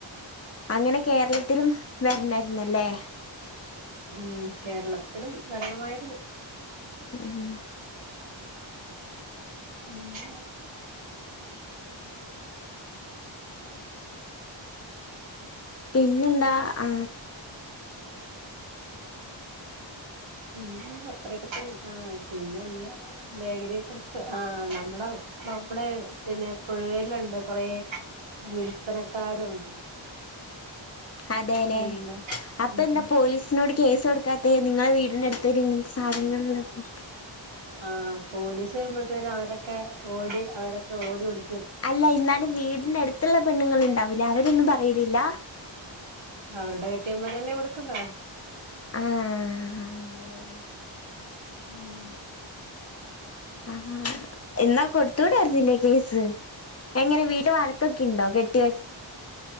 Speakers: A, on the left (about 30°); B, on the right (about 75°).
A: അങ്ങനെ കേരളത്തിലും വരണായിരു ന്നല്ലേ
B: ഉം കേരളത്തിലും വരണമായിരുന്നു
A: ഉം
B: പിന്നെ
A: പിന്നെന്താ ആ
B: പിന്നെ അത്രൊക്കെ തന്നെ ആ പിന്നെള്ള ലേഹരിയെ കുറിച്ച് ആ നമ്മടെ നമ്മുടെ പിന്നെ കുഴുവയല്ണ്ട് കുറെ വിൽപ്പനക്കാരും
A: അതെല്ലെ
B: പിന്നെ
A: അപ്പൊ
B: ഉം
A: ന്താ പോലീസിനോട് കേസ് കൊടുക്കാത്തെ നിങ്ങളെ വീ ട്ടിൻ്റെ അടുത്തര് ഇങ്ങനത്തെ സാധനങ്ങളിലൊക്കെ
B: ആ പോലീസ് വരുമ്പഴത്തേര് അവരൊ ക്കെ ഓടി അവരൊക്കെ ഓടി ഒളി
A: അല്ല ഇന്നാലും വീടിന്റെ അട്ത്ത്ള്ള പെണ്ണ്ങ്ങളുണ്ടാവൂല്ല അവരൊന്നും പ റയലില്ല
B: അവരുടെ കെട്ട്യോൻമാരല്ലേ കൊടുക്കുന്നെ
A: ആഅങ്ങനെല്ലേ
B: ഉം
A: ആ എന്നാ കൊടുത്തൂടായിരുന്നില്ലേ കേസ് എങ്ങനെ വീട്ടില് വഴക്കൊക്കെ ണ്ടോ കെട്ട്യോ